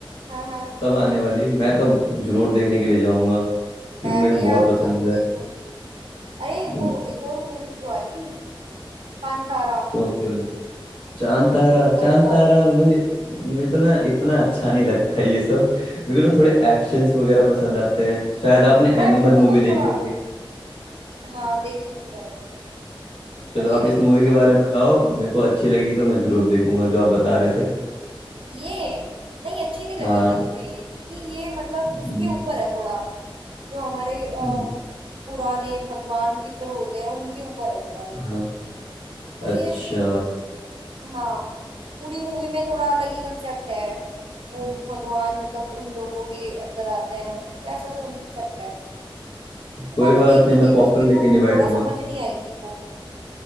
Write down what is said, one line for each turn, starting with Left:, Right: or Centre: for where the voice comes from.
Right: हाँ हाँ
Left: तब आने वाली है। मैं तो जरूर देखने के लिए जाऊंगा क्योंकि
Right: मैं
Left: मेरे
Right: भी
Left: को बहुत
Right: यार
Left: पसंद
Right: जरूर
Left: है
Right: देखूंगी अरे
Left: तुम
Right: वो एक और मूवी भी तो आई थी कांतारा
Left: कौन सी वाली चांद तारा चांद
Right: कांतारा
Left: तारा मुझे मेरे को ना इतना अच्छा नहीं लगता है ये सब मेरे को ना थोड़े एक्शंस वगैरह पसंद आते हैं शायद
Right: हाँ
Left: आपने
Right: पता है
Left: एनिमल
Right: वो
Left: मूवी
Right: ना
Left: देखी
Right: थोड़ा
Left: होगी
Right: हाँ देख ली थी मैंने वो
Left: चलो
Right: बढ़िया
Left: आप इस
Right: लगी
Left: मूवी
Right: थी मेरे
Left: के बारे
Right: को
Left: में बताओ मेरे को अच्छी लगेगी तो मैं जरूर देखूंगा जो आप बता रहे थे
Right: ये नहीं अच्छी नहीं लगेगी
Left: हाँ
Right: तुम्हें ये क्योंकि ये मतलब
Left: हम्म,
Right: उसके ऊपर है थोड़ा जो हमारे अ,
Left: हम्म,
Right: पुराने भगवान पितर होते हैं उनके ऊपर है थोड़ा ये
Left: हाँ
Right: तो
Left: अच्छा
Right: ये हाँ पूरी मूवी में थोड़ा अलग ही कंसेप्ट है वो
Left: <laughs>
Right: भगवान मतलब उन लोगों के अंदर आते हैं कुछ ऐसा सा कंसेप्ट है तो
Left: कोई
Right: मैंने
Left: बात
Right: देखी
Left: नहीं मैं
Right: थी
Left: पॉपकॉर्न
Right: बस मेरे
Left: लेके
Right: को
Left: नहीं
Right: कुछ
Left: बैठूंगा
Right: थोड़ा समझ नहीं आई थी वो